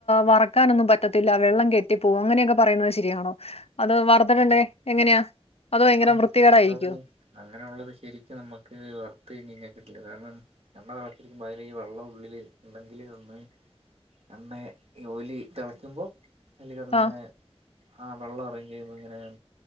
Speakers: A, on the left (about 75°); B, on the right (about 85°).
A: വറക്കാനൊന്നും പറ്റത്തില്ല വെള്ളം കേ <unintelligible> അങ്ങനെ ഒക്കെ പറയുന്ന ശെരി ആണോ അത് വരുത്തിട് ഉണ്ടേൽ എങ്ങനെയാ അതൊ ഭയങ്കര
B: ആ അങ്ങനെയുള്ളത്
A: വൃത്തിക്കേടായിരിക്കൊ
B: അങ്ങനെയുള്ളത് ശരിക്കും ന്നമ്മക്ക് വർത്തയ്ഞാ കിട്ടുല കാരണം എണ്ണ വളത്തിരിക്കുമ്പോൾ അതില വെള്ളം ഉള്ളിൽ ഉണ്ടെങ്കിൽ അന്ന് <unintelligible> ഈ ഓലി തെളക്കുമ്പോ അയില് കെട്ന്ന് ങ്ങനെ
A: ആഹ്
B: ആ വെള്ളം എറങ്ങി കെയ്യുമ്പോ ങ്ങനെ